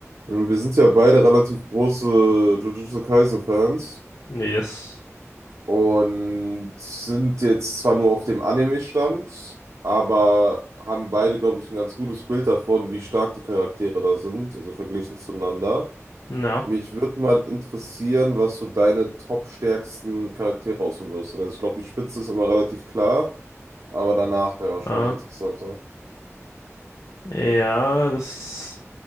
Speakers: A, on the right; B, on the left.
A: Und Wir sind ja beide relativ große Jujutsu Kaisen-Fans
B: Yes.
A: und sind jetzt zwar nur auf dem Anime-Stand, aber haben beide, glaube ich, ein ganz gutes Bild davon, wie stark die Charaktere da sind, also verglichen zueinander.
B: Ja.
A: Mich würde mal interessieren, was so deine top-stärksten Charaktere aussuchen wirst. Also ich glaube, die Spitze ist immer relativ klar, aber danach wäre wahrscheinlich
B: Äh,
A: interessanter.
B: ja, das